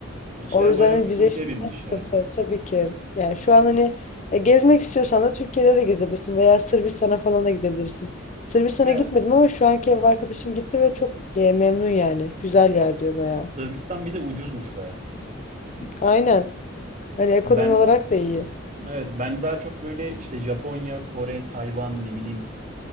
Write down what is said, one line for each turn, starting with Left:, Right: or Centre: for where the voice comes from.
Right: İşler
Left: O yüzden
Right: bayağı
Left: hani
Right: sıkıntıya
Left: vize işi
Right: binmiş
Left: biraz sıkıntı
Right: ya.
Left: tabii ki. Yani şu an hani e, gezmek istiyorsan da Türkiye'de de gezebilirsin veya Sırbistan'a falan da gidebilirsin. Sırbistan'a
Right: Ya
Left: gitmedim ama şu anki ev arkadaşım gitti ve çok e, memnun yani. Güzel yer diyor bayağı.
Right: Sırbistan bir de ucuzmuş bayağı.
Left: Aynen. Hani ekonomi
Right: Ben
Left: olarak da iyi.
Right: evet ben daha çok böyle işte Japonya, Kore, Tayvan ne bileyim